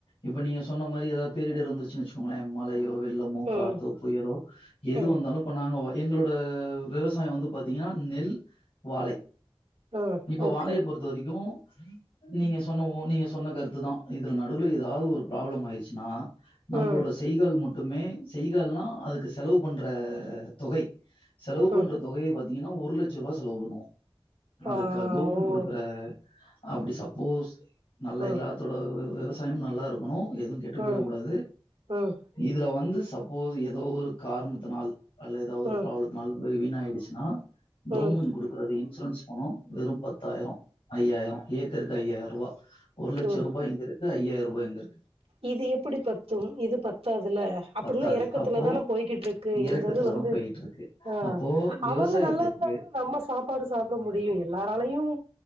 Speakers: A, on the left (about 70°); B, on the right (about 85°).
A: இப்ப நீங்க சொன்ன மாதிரி ஏதாவது பேரிடர் வந்துருச்சுன்னு வச்சு கோங்களேன் மலையோ வெள்ளமோ காத்தோ
B: ம் ம்
A: புயலோ எது
B: ம்
A: வந்தாலும் இப்ப நாங்க எங்களோட விவசாயம் வந்து பார்த்தீங்கன்னா நெல் வாழை
B: ம்
A: இப்ப
B: ஓகே
A: வாழைய பொறுத்த வரைக்கும் நீங்க சொன்ன நீங்க சொன்ன கருத்துதான் இதுல நடுவுல ஏதாவது ஒரு ப்ராப்ளம் ஆயிடுச்சுன்னா நம்மளோட
B: ம்
A: செய்கால் மட் டுமே செய்கள்னா அதுக்கு செலவு பண்ற தொகை செலவு பண்ற
B: ம்
A: தொகை பாத்தீங்கன்னா ஒரு லட்சம் ரூவா செலவு பண்ணுவோம் அது
B: ஆ
A: க கவுர்மெண்ட்
B: ஓ
A: குடுக்குற அப்படி சப்போஸ் நல்லா
B: ம்
A: எல்லாத்தோட விவசாயம் நல்லா இருக்கணும் எதுவும் கெட்டு போயிடக்
B: ம் ம்
A: கூடாது
B: ம்
A: இதுல வந்து சப்போஸ் ஏதோ ஒரு காரணத்தினால் அல்லது ஒரு
B: ம்
A: ப்ராப்ளத்தினால் போய் வீணாகிடுச்சு நா கவர்மெண்ட்
B: ம்
A: குடுக்குற அந்த இன்சூரன்ஸ் பணம் வெறும் பத்தாயிரம் ஐயாயிரம் ஏக்கருக்கு ஐயாயிரம் ரூவா ஒரு லட்சம்
B: ம்
A: ரூபாய் எங்க இருக்கு ஐயாயிரம் ரூபா எங்க இருக்கு
B: இது எப்படி பத்தும் இது பத் இதுல அப்படல்லாம்
A: பத்தாது.
B: இறக்கத்துலதானா
A: அப்போ
B: போய்கிட்டு இருக்கு
A: இறக்கத்துல
B: இந்த இது வந்து
A: தான் போயிட்டுருக்கு.
B: ஆ
A: அப்போ விவசாயத்துக்கு
B: அவுங்க நல்லா இருந்தா தானே நம்ம சாப்பாடு சாப்பிட முடியும் எல்லாராலையும்